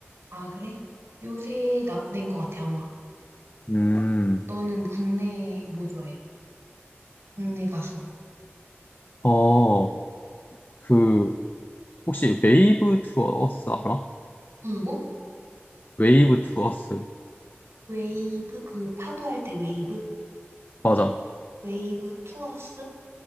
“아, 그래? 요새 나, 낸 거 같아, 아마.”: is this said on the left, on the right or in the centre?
Right